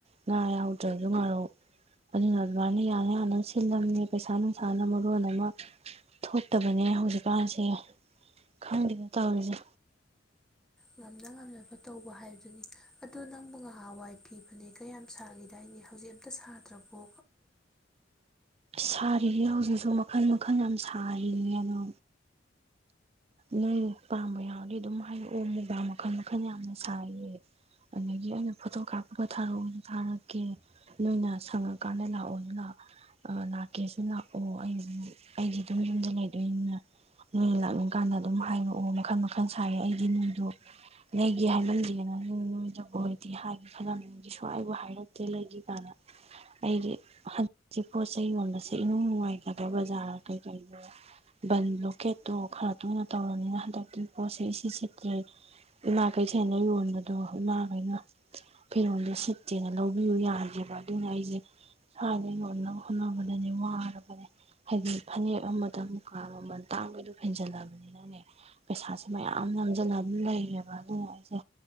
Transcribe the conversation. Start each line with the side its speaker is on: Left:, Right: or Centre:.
Right: ꯉꯥ ꯌꯥꯎꯗ꯭ꯔꯁꯨ ꯉꯔꯧ ꯑꯗꯨꯅ ꯑꯗꯨꯃꯥꯏꯅ ꯌꯥꯅ ꯌꯥꯅ ꯁꯤꯜꯂꯝꯃꯤ ꯄꯩꯁꯥ ꯅꯨꯡꯁꯥꯅ ꯃꯔ ꯂꯣꯟ ꯑꯃ ꯊꯣꯛꯇꯕꯅꯦ ꯍꯧꯖꯤꯛꯀꯥꯟꯁꯦ ꯈꯪꯗꯦꯅ ꯇꯧꯔꯤꯁꯦ
Centre: ꯉꯝꯅ ꯉꯝꯅꯕ ꯇꯧꯕ ꯍꯥꯏꯕꯗꯨꯅꯤ ꯑꯗꯨꯗ ꯅꯪꯕꯨ ꯉꯍꯥꯟꯋꯥꯏ ꯄꯤꯕꯅꯦ ꯀꯌꯥꯝ ꯁꯥꯈꯤꯗꯏꯅꯤ ꯍꯧꯖꯤꯛ ꯑꯝꯇ ꯁꯥꯗ꯭ꯔꯕꯣ
Right: ꯁꯥꯔꯤꯁ ꯍꯧꯖꯤꯛꯁꯨ ꯃꯈꯜ ꯃꯈꯜ ꯌꯥꯝ ꯁꯥꯔꯤꯌꯦ ꯑꯗꯣ ꯅꯣꯏ ꯄꯥꯝꯕ ꯌꯥꯎꯔꯗꯤ ꯑꯗꯨꯝ ꯍꯥꯏꯔꯛꯑꯣ ꯃꯣꯕꯥꯏꯜ ꯃꯈꯜ ꯃꯈꯜ ꯌꯥꯝꯅ ꯁꯥꯏꯌꯦ ꯑꯗꯒꯤ ꯑꯩꯅ ꯐꯣꯇꯣ ꯀꯥꯞꯄꯒ ꯊꯥꯔꯛꯑꯣꯁꯨ ꯊꯥꯔꯛꯀꯦ ꯅꯣꯏꯅ ꯁꯪꯉꯀꯥꯟꯗ ꯂꯥꯛꯑꯣ ꯑꯗꯨꯅ ꯂꯥꯛꯀꯦꯁꯨ ꯂꯥꯛꯑꯣ ꯑꯩ ꯑꯩꯗꯤ ꯑꯗꯨꯝ ꯌꯨꯝꯗ ꯂꯩꯗꯣꯏꯅꯤꯅ ꯅꯣꯏꯅ ꯂꯥꯛꯅꯤꯡ ꯀꯥꯟꯗ ꯑꯗꯨꯝ ꯍꯥꯏꯔꯛꯑꯣ ꯃꯈꯜ ꯃꯈꯜ ꯁꯥꯏꯌꯦ ꯑꯩꯗꯤ ꯅꯣꯏꯗꯣ ꯂꯩꯒꯦ ꯍꯥꯏꯔꯝꯗꯦꯅ ꯅꯣꯏꯗꯕꯨ ꯑꯣꯏꯔꯗꯤ ꯍꯥꯏꯒꯦ ꯈꯜꯂꯝꯒꯤ ꯁ꯭ꯋꯥꯏꯕꯨ ꯍꯥꯏꯔꯛꯇꯦ ꯂꯩꯈꯤ ꯀꯥꯟꯅ ꯑꯩꯒꯤ ꯍꯧꯖꯤꯛꯇꯤ ꯄꯣꯠ ꯆꯩ ꯌꯣꯟꯕꯁꯦ ꯏꯅꯨꯡ ꯅꯨꯡꯉꯥꯏꯒꯗꯕ ꯕꯖꯥꯔ ꯀꯩꯀꯩꯗꯣ ꯕꯟ ꯕ꯭ꯂꯣꯀꯦꯠꯇꯣ ꯈꯔ ꯑꯗꯨꯅ ꯇꯧꯔꯕꯅꯤꯅ ꯍꯟꯗꯛꯇꯤ ꯄꯣꯠꯁꯦ ꯏ ꯁꯤꯠꯇ꯭ꯔꯦ ꯏꯃꯥꯈꯩꯊꯦꯜꯅ ꯌꯣꯟꯕꯗꯣ ꯏꯃꯥꯈꯩꯅ ꯐꯤꯔꯣꯜꯗꯣ ꯁꯤꯠꯇꯦꯅ ꯂꯧꯕꯤꯌꯨ ꯌꯥꯗꯦꯕ ꯑꯗꯨꯅ ꯑꯩꯁꯦ ꯁꯨꯋꯥꯏꯗ ꯌꯣꯟꯅꯕ ꯍꯣꯠꯅꯕꯗꯅꯦ ꯋꯥꯔꯕꯅꯦ ꯍꯥꯏꯗꯤ ꯐꯅꯦꯛ ꯑꯃꯗ ꯃꯨꯀꯥ ꯃꯃꯜ ꯇꯥꯡꯕꯩꯗꯣ ꯍꯦꯟꯖꯜꯂꯕꯅꯤ ꯅꯤꯅꯅꯦ ꯄꯩꯁꯥꯁꯦ ꯃꯌꯥꯝ ꯅꯝꯁꯤꯜꯂ ꯑꯗꯨꯝ ꯂꯩꯌꯦꯕ ꯑꯗꯨꯅ ꯑꯩꯁꯦ